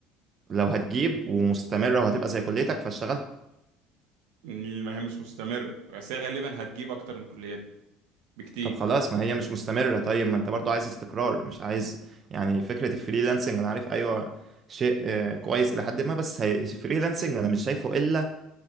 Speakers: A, on the right; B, on the right.
A: لو هتجيب ومستمرة وهتبقى زي كليتك فاشتغلها
B: المهام مش مستمر بس هي غالبا هتجيب اكتر من كليات بكتير
A: طب خلاص ما هي مش مستمرة طيب ما انت برضو عايز استقرار مش عايز يعني فكرة الفريلانسنج انا عارف ايوه شيء آه، كويس الى حد ما بس هي- الفريلانسنج انا مش شايفه الا